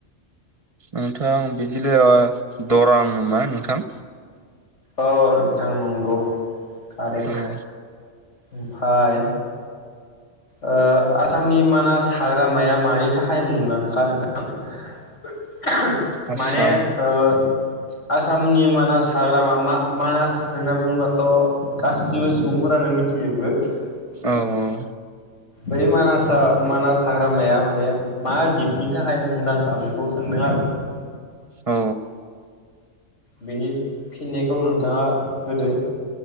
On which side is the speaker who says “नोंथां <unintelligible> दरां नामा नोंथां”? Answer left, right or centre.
Right